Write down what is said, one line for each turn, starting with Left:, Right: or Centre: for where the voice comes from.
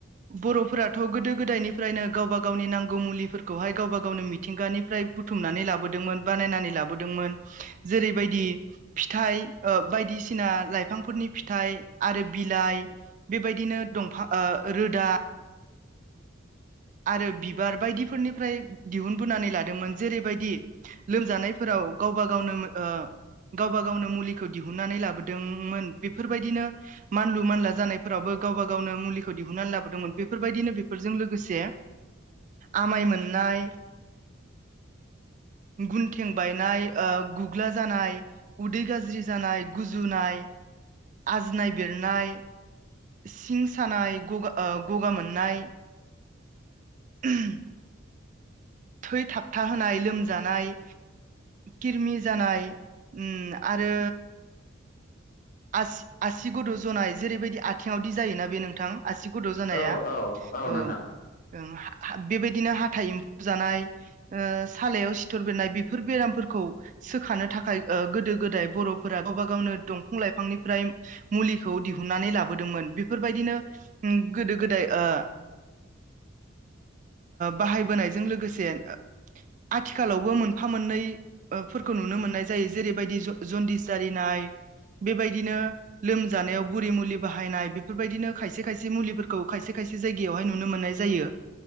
Right: बर'फोराथ' गोदो गोदायनिफ्रायनो गावबा गावनि नांगौ मुलिफोरखौहाय गावबा गावनो मिथिंगानिफ्राय बुथुमनानै लाबोदोंमोन बानायनानै लाबोदोंमोन जेरैबायदि फिथाइ ओ बायदिसिना लाइफांफोरनि फिथाइ आरो बिलाइ बेबायदिनो दंफां ओ रोदा आरो बिबार बायदिफोरनिफ्राय दिहुनबोनानै लादोंमोन जेरैबायदि लोमजानायफोराव गावबा गावनो ओ गावबा गावनो मुलिखौ दिहुननानै लाबोदोंमोन बेफोरबायदिनो मानलु मानला जानायफोरावबो गावबा गावनो मुलिखौ दिहुननानै लाबोदोंमोन बेफोरबायदिनो बेफोरजों लोगोसे आमाय मोननाय गुन थें बायनाय ओ गुग्ला जानाय उदै गाज्रि जानाय गुजुनाय आरजिनाय बेरनाय सिं सानाय गगा ओ गगा मोननाय, <unintelligible> थै थाबथा होनाय लोमजानाय, किरमि जानाय ओम आरो आसि आसि गुद' जनाय जेरैबायदि आथिङावदि जायोना बे नोंथां आसि गोदौ जानाया
Left: औ औ
Right: औ
Left: नोंथां
Right: ओ बेबायदिनो हाथाइ एम्फौ जानाय ओ सालायाव सिथर बेननाय बेफोर बेरामफोरखौ सोखानो थाखाय गोदो गोदाय बर'फोरा गावबा गावनो दं । बिफां लाइफांनिफ्राय मुलिखौ दिहुननानै लाबोदोंमोन बेफोरबायदिनो गोदो गोदाय ओ बाहायबोनायजों लोगोसे आथिखालावबो मोनफा मोननै फोरफोरखौ नुनो मोननाय जायो जेरैबायदि जन्दिस जारिनाय बेबायदिनो लोमजानायाव बुरि मुलि बाहायनाय बेफोरबायदिनो खायसे खायसे मुलिफोरखौ खायसे खायसे जायगायावहाय नुनो मोननाय जायो ।